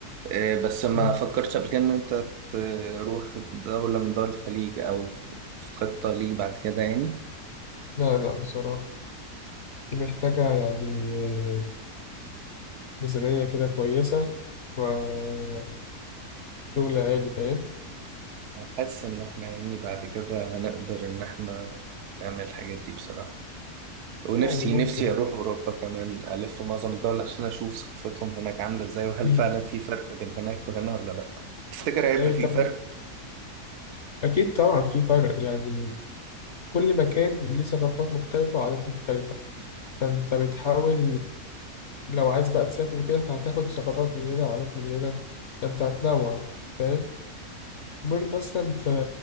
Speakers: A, on the right (about 80°); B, on the left (about 50°).
A: آه، بس ما
B: آه.
A: فكرتش قبل كده ان انت تروح دولة من دول الخليج او في في خطة ليك بعد كده يعني
B: لا لا بصراحة دي محتاجة يعني آه، ميزانية كده كويسة وشغل عالي فاهم؟
A: حاسس إن إحنا يعني بعد كده هنقدر إن إحنا نعمل الحاجات دي بصراحة ونفسي
B: يعني ممكن
A: نفسي أروح أوروبا كمان ألف في معظم الدول عشان أشوف ثقافتهم هناك عاملة إزاي وهل
B: مم.
A: فعلا في فرق بين هناك وهنا ولا لأ تفتكر هيبقى
B: أي
A: في
B: طب
A: فرق؟
B: أكيد طبعا في فرق يعني كل مكان ليه ثقافات مختلفة وعادات مختلفة فأنت بتحاول لو عايز بقى تسافر وكده فهتاخد ثقافات من هنا وعادات من هنا فأنت هتنوع فاهم المهم مثلا في